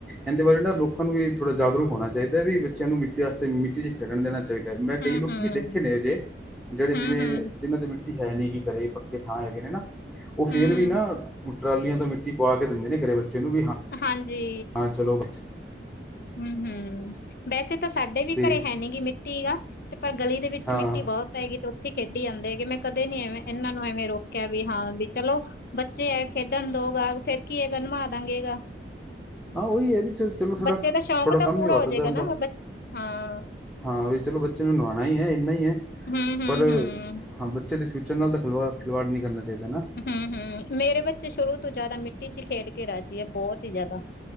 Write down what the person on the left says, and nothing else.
ਹੂੰ,
ਹੂੰ
ਹੂੰ,
ਹੂੰ,
ਹੂੰ,
ਹਾਂਜੀ।
ਹਮ-ਹਮ ਵੈਸੇ ਤਾਂ ਸਾਡੇ ਵੀ
ਘਰੇ ਹੈ ਨੀਗੀ ਮਿੱਟੀ ਗ ਤੇ ਪਰ ਗਲੀ ਦੇ ਵਿੱਚ
ਮਿੱਟੀ ਬੋਤ ਪੈਗੀ ਤੇ ਓਥੇ ਈ ਖੇਡੀ ਜਾਂਦੇ ਹੈਗੇ, ਮੈਂ ਕਦੇ ਨੀ ਐਵੇਂ ਏਨਾਂ ਨੂੰ ਐਵੇਂ ਰੋ ਕਯਾ ਵੀ ਹਾਂ ਵੀ ਚਲੋ ਬੱਚੇ ਐ ਖੇਡਣ ਦੋ ਗਾ ਫੇਰ ਕੀ ਐਗਾ ਨਵਾ ਦਾਂਗੇ ਗਾ
ਬੱਚੇ ਦਾ ਸ਼ੌਂਕ ਤਾਂ
ਪੂਰਾ
ਹੋ ਜਾਏਗਾ
ਨਾ ਬਚ ਹਾਂ,
ਹੂੰ, ਹੂੰ,
ਹੂੰ।
ਹਮ-ਹਮ, ਮੇਰੇ ਬੱਚੇ ਸ਼ੁਰੂ ਤੋਂ ਜਾਦਾ ਮਿੱਟੀ ਇਚ ਖੇਡ ਕੇ ਰਾਜੀ ਬੋਤ ਈ ਜਾਦਾ।